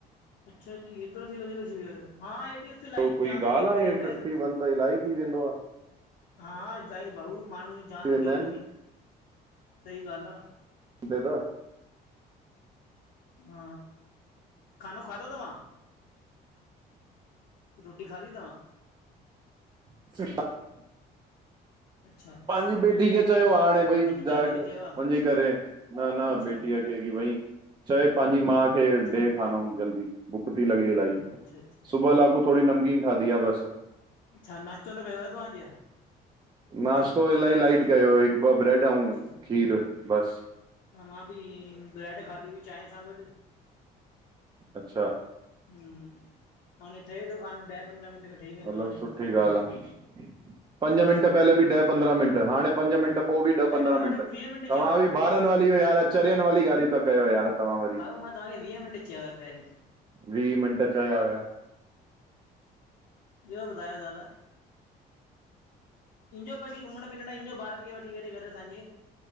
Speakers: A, on the left; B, on the right.
A: अच्छा जी हेतरो थी वधीक थी वयो आ, हा हेॾी इलाही
B: ॿियो कोई
A: जाम लॻियल
B: ॻाल आहे
A: पई ॿाहिरि
B: फिफ्टी वन त इलाही थी वेंदो आ।
A: हा ईलाइ भाऊ माण्हू जी जान
B: वेंदा
A: निकरी
B: आहिनि
A: वञे, सही ॻाल आ।
B: दे त
A: हा, खानो खादो तव्हां? रोटी खादी तव्हां?
B: <unintelligible>
A: अच्छा।
B: पांजी बेटी खे चयो हाणे भई
A: पंहिंजी
B: ज
A: ज़ाल खे चयो आहे
B: वञी करे न न
A: अच्छा
B: बेटी भई चए पांजी मां खे
A: अच्छा
B: डे खानो जल्दी भुख ती लॻे इलाही।
A: अच्छा अच्छा
B: सुबह लाकु थोड़ी नमकीन खादी आ बस।
A: छा, नाश्तो न कयो आ तव्हां अज छा?
B: नाश्तो इलाही लाईट कयो हो, हिक ॿ ब्रेड अऊं
A: अच्छा
B: खीर बस।
A: हा मां बि हियई ब्रैड खाधी हुई चाय सां गॾ।
B: अच्छा।
A: हम्म, हाणे ठहे तो खानो ॾह पंद्रहं मिंट में ठही वेंदो
B: हलो
A: हाणे
B: सुठी
A: खाई
B: ॻाल्हि
A: वठदुम।
B: आहे पंज मिंट पहले बि ॾह पंद्रहां मिंट, हाणे पंज मिंट पो बि ॾह
A: पहिरीं
B: पंद्राहं
A: मां तव्हांखे
B: मिंट,
A: वीह
B: तव्हां
A: चयो हुया
B: बि
A: भाऊ
B: ॿारन वारी इहो यार चरयन वारी ॻालयू ता कयो यार तव्हां वरी।
A: भाऊ मां ताहांखे वीह मिंट चया हुया पेहरीं।
B: वीह मिंट चया हुया।
A: ॿयो ॿुधायो दादा? इंजो कॾी घुमण फिरण इंजो ॿारन खे वठी करे घर असांजे।